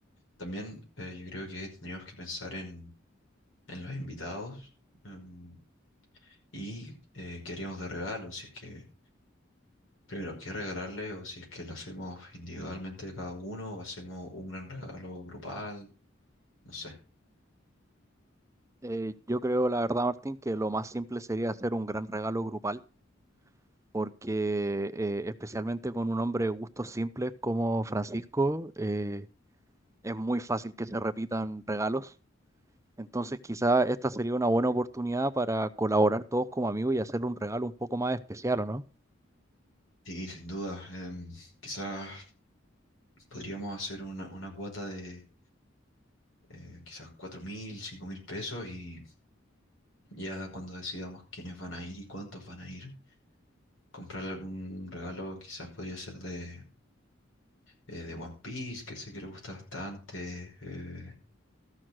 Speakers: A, on the left; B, on the right.
A: también eh, yo creo que tendríamos que pensar en, en los invitados em, y eh, qué haríamos de regalo, si es que, primero, qué regalarle o si es que lo hacemos individualmente cada uno o hacemos un gran regalo grupal, no sé.
B: Eh, yo creo, la verdad, Martín, que lo más simple sería hacer un gran regalo grupal, porque eh, especialmente con un hombre de gustos simples como Francisco, eh, es muy fácil que se repitan regalos. Entonces, quizá esta sería una buena oportunidad para colaborar todos como amigos y hacerle un regalo un poco más especial, ¿o no?
A: Sí, sin duda. em, quizás podríamos hacer una, una cuota de eh, quizás cuatro mil, cinco mil pesos y ya cuando decidamos quiénes van a ir y cuántos van a ir, comprar algún regalo quizás podría ser de, eh, de One Piece, que sé que le gusta bastante. eh,